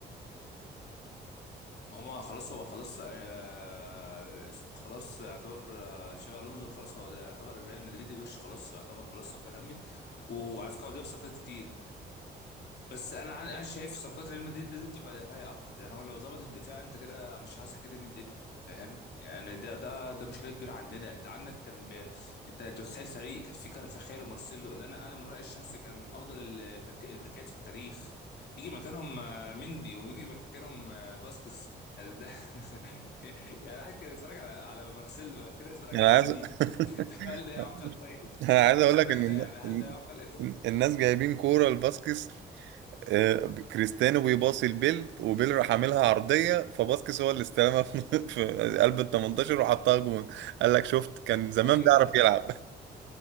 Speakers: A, on the left; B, on the right.
A: ما هو خلاص هو خلاص آه خلاص يعتبر آه شافي الونزو خلاص هو ده يعتبر الريال مدريدي وش خلاص يعتبر خلاص صفقه تمت وعلى فكره هو جاب صفقات كتير بس انا عن- انا شايف صفقات ريال مدريد لازم تبقى دفاعيه اكتر يعني هو لو ظبط الدفاع انت كده مش عايز حاجه تاني من الدنيا فاهم يعني ده ده ده مشكله كبيره عندنا انت عندك كان بي... انت تتخيل فريق كان فيه كارفاخال ومارسيلو اللي انا انا من رايي الشخصي كان من افضل ال- البك... الباكات في التاريخ يجي مكانهم آه، مندي ويجي مكانهم آه، باسكس يعني ده <laughs> يعني واحد كان يتفرج على على مارسيلو بعد كده يتفرج
B: يعني
A: على
B: انا
A: مندي
B: عايز
A: <laughs>
B: <laughs>
A: هل ده يعقل طيب
B: انا عايز
A: بامانه
B: اقول لك ان
A: يعني هل
B: الن-
A: ده يعقل انت
B: إن- الناس جايبين كورة لباسكس آه، كريستيانو بيباصي لبيل وبيل راح عاملها عرضية فباسكس هو اللي استلمها في <laughs> في قلب ال 18 وحطها جون قال لك شفت كان زمان
A: ايوه
B: بيعرف
A: <laughs>
B: يلعب